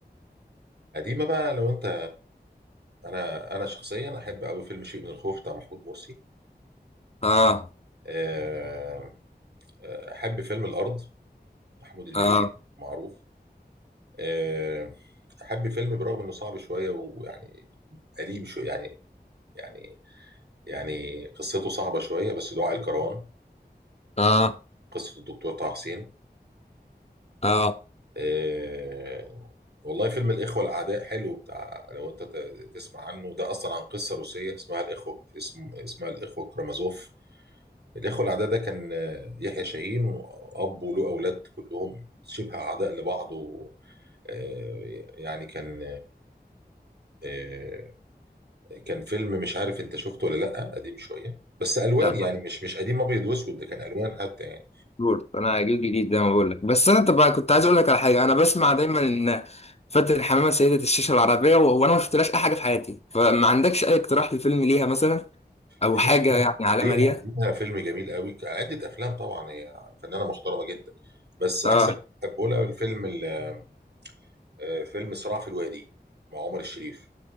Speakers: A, on the right; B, on the left.
A: قديمه بقى لو انت انا انا شخصيا احب قوي فيلم شيء من الخوف بتاع محمود مرسي
B: اه
A: آه، آه، احب فيلم الارض محمود المليجي
B: اه
A: معروف آه، احب فيلم برغم انه صعب شويه ويعني قديم شويه يعني يعني يعني قصته صعبه شويه بس دعاء الكروان
B: اه
A: قصه الدكتور طه حسين
B: اه
A: آه والله فيلم الإخوة الأعداء حلو بتاع لو أنت ت- تسمع عنه ده أصلا عن قصة روسية اسمها الإخوة اسم اسمها الإخوة كرامازوف الإخوة الأعداء ده كان آه، يحيى شاهين وأب وله أولاد كلهم شبه أعداء لبعض و آه، يعني كان آه، كان فيلم مش عارف انت شفته ولا لا قديم شويه بس الوان
B: لا
A: يعني مش مش قديم ابيض واسود ده كان الوان حتى يعني
B: بورد انا هجيب جديد زي ما بقول لك بس انا طب كنت عايز اقول لك على حاجه انا بسمع دايما ان فاتن حمامه سيده الشاشه العربيه و... وانا ما شفتلهاش اي حاجه في حياتي فما عندكش اي اقتراح لفيلم ليها مثلا او
A: في
B: حاجه يعني علامه
A: ليها
B: ليها
A: ليها فيلم جميل قوي عدة افلام طبعا هي فنانه محترمه جدا بس احسن
B: اه
A: بحبه لها الفيلم ال- آه، فيلم صراع في الوادي مع عمر الشريف